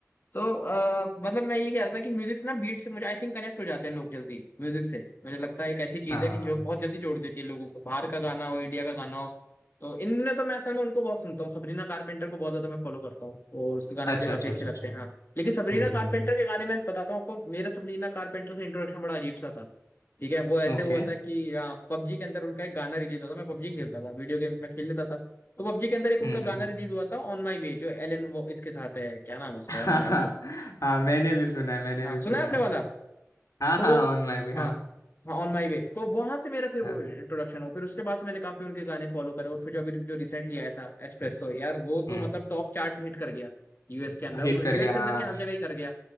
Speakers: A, on the left; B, on the left.
A: तो आ, मतलब मैं ये कह रहा था कि म्यूजिक से ना बीट से मुझे आई थिंक कनेक्ट हो जाते हैं लोग जल्दी म्यूजिक से मुझे लगता है एक ऐसी चीज
B: हाँ
A: है कि जो बहुत जल्दी जोड़ देती है लोगों को बाहर का गाना हो इंडिया का गाना हो तो इन दिनों तो मैं असल में उनको बहुत सुनता हूँ सबरीना कारपेंटर को बहुत ज्यादा मैं फॉलो करता हूँ और उसके गाने
B: अच्छा
A: मुझे काफी
B: अच्छा
A: अच्छे
B: अच्छा
A: लगते
B: अच्छा
A: हैं हाँ लेकिन सबरीना
B: हम्म हम्म
A: कारपेंटर के गाने मैं बताता हूँ आपको मेरा सबरीना कारपेंटर से इंट्रोडक्शन बड़ा अजीब सा था ठीक है वो ऐसे
B: ओके
A: हुआ
B: हम्म okay,
A: था कि पबजी के अंदर उनका एक गाना रिलीज हुआ था मैं पबजी खेलता था वीडियो गेम्स में खेल लेता था तो पबजी के अंदर एक उनका
B: हम्म हम्म
A: गाना
B: हम्म।
A: रिलीज हुआ था ऑन माई वे जो एलन वो इसके साथ है क्या नाम
B: <laughs>
A: है उसका
B: हाँ
A: यार मेरे नाम
B: हाँ हाँ मैंने भी सुना है मैंने
A: हाँ
B: भी
A: सुना
B: सुना
A: है आपने
B: है
A: वाला
B: हाँ
A: तो
B: हाँ ऑन माई वे हाँ
A: हाँ हाँ ऑन माई वे तो वहां से मेरा फिर वो
B: हाँ
A: इंट्रोडक्शन हो फिर उसके बाद से मैंने काफी उनके गाने फॉलो करे और फिर जो अभी जो रिसेंटली आया था एस्प्रेसो यार वो तो
B: हम्म
A: मतलब टॉप चार्ट हिट कर गया यूएस के अंदर
B: हिट
A: वो
B: कर
A: यूएस
B: गया
A: के
B: हाँ
A: अंदर क्या हर जगह ही कर गया